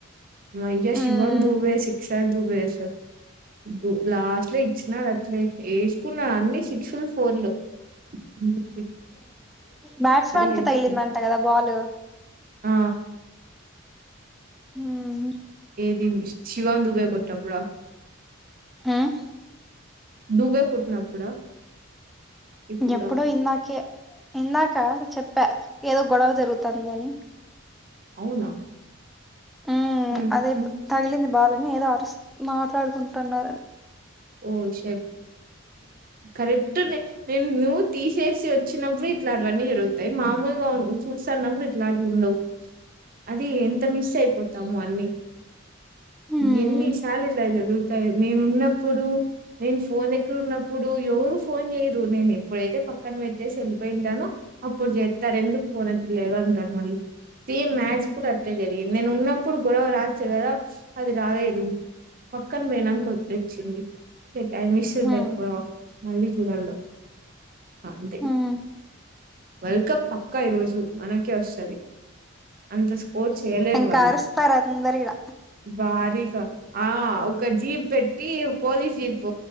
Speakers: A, on the right; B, in the centre.
A: మయ్య
B: హ్మ్
A: శివన్ దూబే సిక్స్ దుబై అసల్ ఉ లాస్ట్ లో ఇచ్చినాడు అట్లే ఏసుకున్నా అన్ని సిక్స్‌లు ఫోర్‌లు ఉ
B: ఉ బ్యాట్స్ మన్
A: వేసుకున్నాడు
B: కి తగిలిందంట కదా బాల్
A: ఆ
B: హ్మ్మ్
A: ఏది శివం దుబై కొట్టినప్పుడా
B: ఉమ్
A: దుబే కొట్టినప్పుడా ఇప్పుడా
B: ఎప్పుడు ఇందాకే ఇందాకా చెప్పా ఏదో గొడవ జరుగుతుంది అని
A: అవునా
B: ఉమ్
A: ఉహు
B: అదే తగిలింది బాల్ ఏదో అరుస్త్ మాట్లాడుకుంటున్నారు
A: ఓ షెట్ కరెక్ట్ నేను నువ్వు తీసేసి వచ్చినప్పుడు ఇట్లాంటివన్నీ జరుగుతాయి మామూలుగా చూస్తన్నప్పుడు ఇట్లాంటి ఉండవు అది ఎంత మిస్ అయిపోతాము అన్ని
B: హ్మ్
A: ఎన్ని శార్ల్ ఇలా జరుగు మేమున్నప్పు ప్పుడు నేను ఫోన్ ఎక్కరన్నప్పుడు ఎవరు ఫోన్ చేయ్యరు నేను ఎప్పుడైతే పక్కన పెట్టేసి వెళ్ళిపోయింటానో అప్పుడు చేత్తారు ఎందుకు ఫోన్ ఏత్తటలేదు అంటారు మళ్ళీ సేమ్ మ్యాచ్ కూడా అట్లే జరిగే నేను ఉన్నప్పుడు గొడవ రావచ్చు కదా అది రాలేదు పక్కన పేనాంకొత్తయ్ ఉంది ఐ మిస్ట్
B: హ్మ్
A: మళ్ళీ చూడాలా అ అంతే
B: హ్మ్
A: వల్డ్ కప్ పక్క పక్క ఈ రోజు మనకే వస్తది అంత స్కోర్ చేయలేరు
B: ఇంక
A: వాళ్ళు
B: అరుస్తారు అందరు ఇగ
A: భారీగా ఆ ఒక జీప్ బెట్ టీ పోలీస్ జీప్